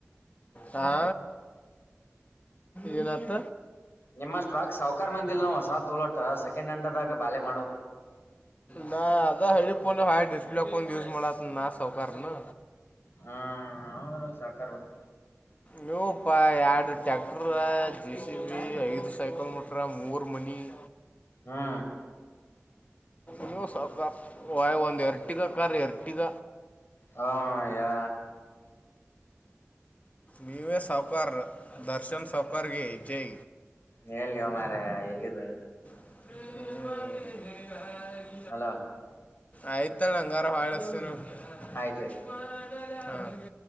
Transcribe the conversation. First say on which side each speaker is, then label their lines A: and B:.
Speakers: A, on the left; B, on the left.
A: ಹಾ ಏನತ
B: ನಿಮ್ಮ ಸ್ಟ್ರಾಕ್ ಸಾವುಕಾರ್ ಮಂದಿಲ್ ನಾವು ಹೊಸ ತೋಲೋಟೆ ಸೆಕೆಂಡ್ ಹೆಂಡದಾಗ ಬಾಳೆ ಮಾಡ್ಬೇಕ್
A: ನ ಅದ ಹಳಿಫೋನ್ ಹಾಳ್ ಡಿಸ್ಪ್ಲೆಫೋನ್ ಯೂಸ್ ಮಾಡತನ್ ನಾ ಸೌಕಾರೇನು
B: ಹಾ ನೌರ ಸಾಕಾರ ಮಾಡಿ
A: ನೀವು ಪ ಯಾರ್ಡ್ ಟ್ಯಾಕ್ಟರಾ ಜೆ ಸಿ ಬಿ ಐದು ಸೈಕಲ್ ಬಿಟ್ರ ಮೂರ್ ಮನಿ ನೀ
B: ಹಾಂ
A: ನೀವು ಸಾವ್ಕಾರ್ ವ ಒಂದು ಎರ್ಟಿಗ ಕಾರ್ ರಿ ಎರ್ಟಿಗ
B: ಹಾ ಯಾ
A: ನೀವೇ ಸಾವಕರ್ ದರ್ಶನ್ ಸಾವಕರ್ಗೆ ಜೈ
B: ನಿ ಎಲ್ಯೋ ಮಾರಾಯ ಎಲ್ಲಿದೆ
A: <inaudible>
B: ಹಲೋ
A: ಆಯ್ತ ನಂಗಾರ ಹಾಳಸ್ತರು
B: ಆಯ್ತಾಯ್ತು
A: <inaudible> ಹ